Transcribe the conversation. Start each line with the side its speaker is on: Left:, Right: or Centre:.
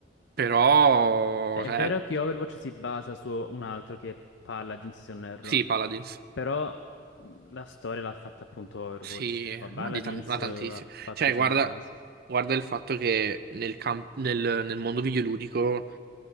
Right: però,
Left: Cioè
Right: cioè,
Left: è vero che Overwatch si basa su un altro che parla di Inz Erro,
Right: sì, Paladins,
Left: però mh, la storia l'ha fatta appunto Overwatch.
Right: sì,
Left: Paladins
Right: ma, di tan- ma
Left: eh,
Right: tantissimo.
Left: ha fatto,
Right: Cioè,
Left: diciamo,
Right: guarda,
Left: le basi.
Right: guarda il fatto che nel, camp- nel, nel mondo videoludico